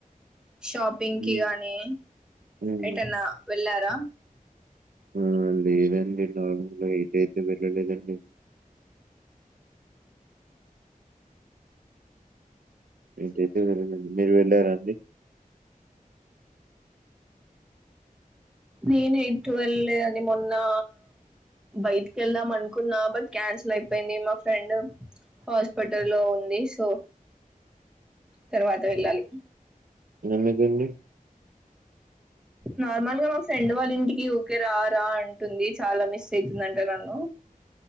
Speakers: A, in the centre; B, on the right (about 70°).
A: షాపింగ్కి
B: ఉమ్,
A: గానీ,
B: ఉమ్,
A: ఎటన్నా వెళ్ళారా?
B: ఆ లేదండి నార్మల్గా ఏటైతే వెళ్ళలేదండి ఏటైతే వెళ్ళలేదండి మీరు వెళ్ళారా అండి?
A: నేనెటు వెళ్ళలేదండి మొన్నా బయ్టికి ఎళ్దామనుకున్నా బట్ క్యాన్సిల్ అయిపోయింది మా ఫ్రెండ్ హాస్పటల్లో ఉంది సో తర్వాత వెళ్ళాలి
B: గందుకండి
A: నార్మల్ గా మా ఫ్రెండ్ వాలింటికి ఊకే రా రా అంటుంది చాలా మిస్ అయితుందంట నన్ను